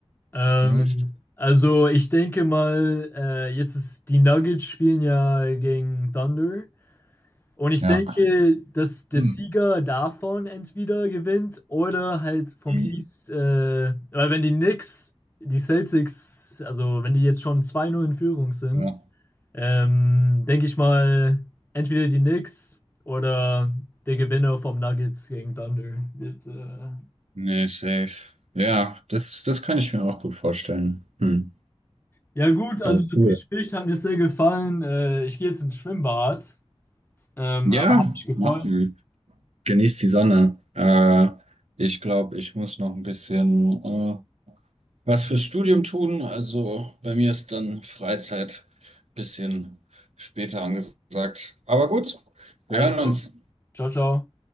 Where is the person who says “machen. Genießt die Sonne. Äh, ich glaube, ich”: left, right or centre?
Right